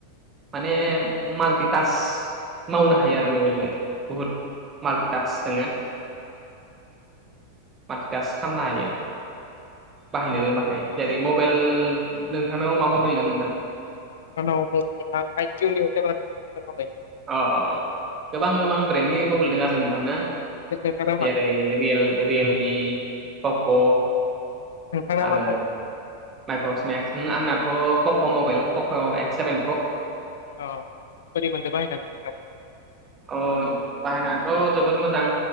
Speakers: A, on the right; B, on the left.
A: माने माल्टिटास मावनो हायो आरो मबाइलजो बुहुत माल्टिटासक दोङो माल्टिटास्क खालामनो हायो बाहायनो रोंबाथाय जेरै मबाइल नोंथांनाव मा मबाइल दं
B: आनाव <unintelligible>
A: अ गोबां गोबां ब्रेन्डनि मबाइल दङो आरो नोंथां ना
B: नोंथांना मा
A: जेरै रियेल रियेलमि <unintelligible>
B: नोंथांना
A: आरो
B: मा फन
A: माइक्र'स मेक्स नि आंनाथ' पक' मबाइल पक' एक्स सेभेन प्र'
B: <unintelligible> बोरै मोनदों बाहायनानै
A: अ बाहायनानैथ' जोबोद मोजां